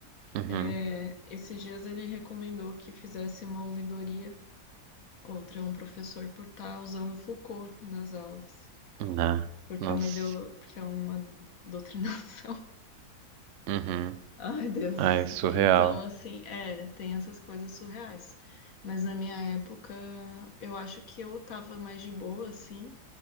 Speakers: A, on the right; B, on the left.
A: uhum.
B: É, esses dias ele recomendou que fizesse uma ouvidoria contra um professor por estar usando Foucault nas aulas,
A: Nah,
B: porque
A: nossa.
B: é uma ideolo... porque é uma doutrinação.
A: Uhum.
B: <laughs> Ai, Deus.
A: Ai, surreal.
B: Então, assim, é, tem essas coisas surreais. Mas na minha época, eu acho que eu tava mais de boa, assim,